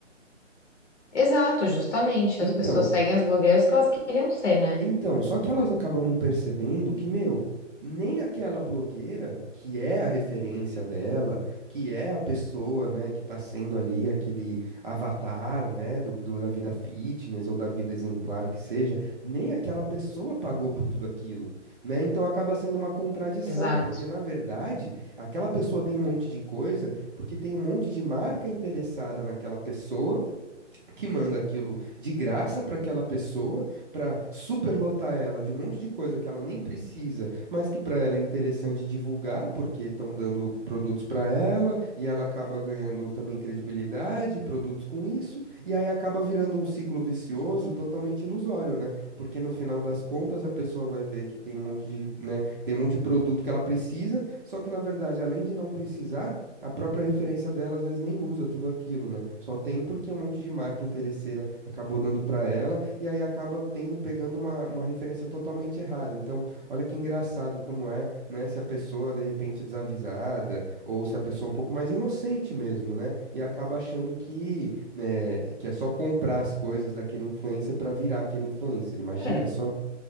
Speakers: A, on the left; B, on the right.
A: Exato, justamente.
B: Então,
A: As pessoas seguem as blogueiras que elas queriam ser, né?
B: Então, só que elas acabam não percebendo que, meu, nem aquela blogueira que é a referência dela, que é a pessoa, né, que tá sendo ali aquele avatar, né, do, do- da vida fitness ou da vida exemplar que seja, nem aquela pessoa pagou por tudo aquilo, né? Então acaba sendo uma contradição,
A: Exato.
B: porque na verdade, aquela pessoa tem um monte de coisa, porque tem um monte de marca interessada naquela pessoa que manda aquilo de graça para aquela pessoa, para superlotar ela de um monte de coisa que ela nem precisa, mas que para ela é interessante divulgar, porque estão dando produtos para ela, e ela acaba ganhando também credibilidade, produtos com isso, e aí acaba virando um ciclo vicioso totalmente ilusório, né? Porque no final das contas a pessoa vai ver que tem um monte de, né, tem um monte de produto que ela precisa, só que na verdade, além de não precisar, a própria referência dela às vezes nem usa tudo aquilo, né? Só tem porque um monte de marca interesseira acabou dando pra ela e aí acaba tendo pegando uma, uma referência totalmente errada. Então, olha que engraçado como é, né? Se a pessoa de repente desavisada ou se a pessoa um pouco mais inocente mesmo, né? E acaba achando que, né, que é só comprar as coisas daquele influencer pra virar aquele influencer. Imagina
A: É,
B: só,